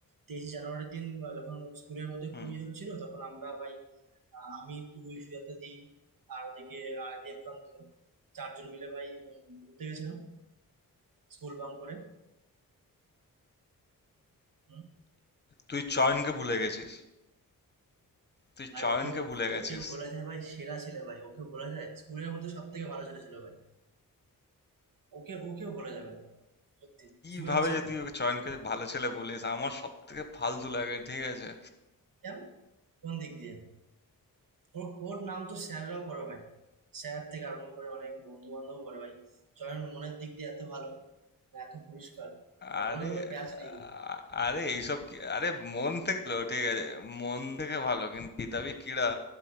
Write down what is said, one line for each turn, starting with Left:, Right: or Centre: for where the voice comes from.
Right: তেইশে জানুয়ারির দিন আহ, যখন স্কুলের মধ্যে
Left: হুম,
Right: কুইজ হচ্ছিল তখন আমরা ভাই আহ, আমি তুই সুজাতা দি আর ওদিকে আর দেবকান্ত চারজন মিলে ভাই উম, ঘুরতে গেছিলাম স্কুল বাং করে হুম
Left: তুই চয়নকে ভুলে গেছিস। তুই
Right: ভাই
Left: চয়নকে
Right: ওকে
Left: ভুলে গেছিস।
Right: ওকে ভোলা যায় ভাই সেরা ছেলে ভাই ওকে ভোলা যায় স্কুলের মধ্যে সব থেকে ভালো ছেলে ছিল ভাই ওকে ওকে ভোলা যাবে না ভাই। সত্যি
Left: কিভাবে
Right: জুয়েল ছেলে
Left: যে তুই ওকে চয়নকে ভালো ছেলে বলিস আমার সবথেকে ফালতু লাগে ঠিক আছে।
Right: কেন কোন দিক দিয়ে ওর ওর নাম তো স্যাররাও করে ভাই স্যার থেকে আরম্ভ করে অনেক বন্ধু বান্ধব করে ভাই চয়ন মনের দিক দিয়ে এত ভালো আর এত পরিষ্কার আর
Left: আরে
Right: মনে কোনো প্যাচ নেই
Left: আ-
Right: ভাই
Left: আরে এইসব কি আরে মন থেকে ভালো, ঠিক আছে মন থেকে ভালো কিন্তু কিতাবি কিড়া